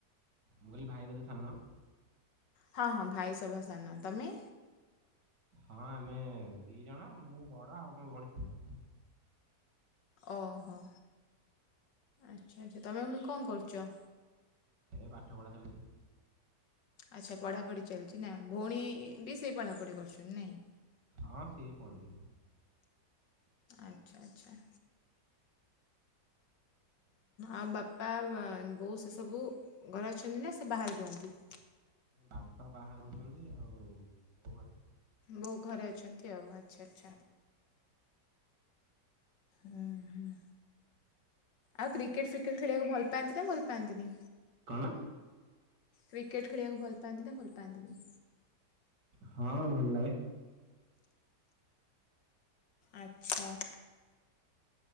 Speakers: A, on the right; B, on the left.
A: ମୁଁ କହିଲି ଭାଇ ବୋଧେ ସାନ?
B: ହଁ ହଁ ଭାଇ ସଭା ସାନ, ତମେ?
A: ହଁ ଆମେ ଦି ଜଣ, ମୁଁ ବଡ ଆଉ ମୋ ଭଉଣୀ ସାନ।
B: ଓହୋ। ଆଚ୍ଛା ଆଚ୍ଛା, ତମେ ଏପୁଣି କଁ କରୁଚ?
A: ଏବେ ପାଠ ପଢ଼ା ଚାଲଚି।
B: ଆଚ୍ଛା ପଢ଼ାପଢ଼ି ଚାଲିଚି ନା, ଭୋଉଣୀ ବି ସେଇ ପଢ଼ାପଢ଼ି କରୁଚନ୍ତି ନାଇଁ?
A: ହଁ ସିଏ ବି ପଢ଼ୁଚି।
B: ଆଚ୍ଛା ଆଚ୍ଛା। ଆଉ ବାପା ବୋଉ ସେସବୁ ଘରେ ଅଛନ୍ତି ନା ସେ ବାହାରେ ରୁହନ୍ତି?
A: ବାପା ବାହା ହେଉଛନ୍ତି ଆଉ ବୋଉ ଘରେ।
B: ବୋଉ ଘରେ ଅଛନ୍ତି ଆଉ ଆଚ୍ଛା ଆଚ୍ଛା। ହୁଁ ହୁଁ ଆଉ କ୍ରିକେଟ ଫ୍ରିକେଟ୍ ଖେଳିବାକୁ ଭଲ ପାଆନ୍ତି ନା ଭଲ ପାଆନ୍ତିନି?
A: କଣ?
B: କ୍ରିକେଟ୍ ଖେଳିବାକୁ ଭଲ ପାନ୍ତି ନା ଭଲ ପାନ୍ତିନି?
A: ହଁ ଭଲ ଲାଗେ।
B: ଆଚ୍ଛା।